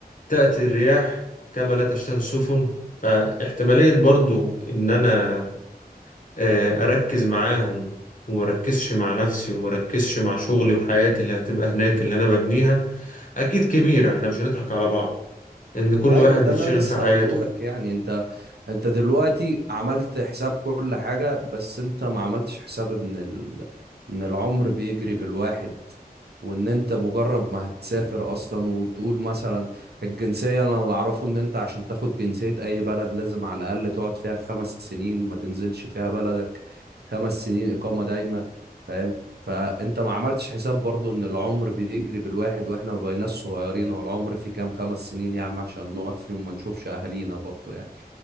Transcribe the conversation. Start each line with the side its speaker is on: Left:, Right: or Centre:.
Left: تأتي الرياح كما لا تشتهي السفن فاحتمالية برضو ان انا آه، أركز معاهم وما أركزش مع نفسي وما أركزش مع شغلي وحياتي اللي هتبقى هناك اللي أنا ببنيها أكيد كبيرة إحنا مش هنضحك على بعض إن كل
Right: ايوه
Left: واحد
Right: ما
Left: بيتشغل
Right: ده اللي انا لسه
Left: في حياته
Right: هقوله لك يعني انت انت دلوقتي عملت حساب كل حاجة بس انت ما عملتش حساب ان ال... ان العمر بيجري بالواحد وان انت مجرد ما هتسافر اصلا وتقول مثلا الجنسية انا اللي اعرفه ان انت عشان تاخد جنسية اي بلد لازم على الاقل تقعد فيها خمس سنين ما تنزلش فيها بلدك خمس سنين اقامة دايمة فاهم فانت ما عملتش حساب برضو ان العمر بيجري بالواحد واحنا ما بقيناش صغيرين والعمر فيه كام خمس سنين يا عم عشان نقعد فيهم ما نشوفش اهالينا برضو يعني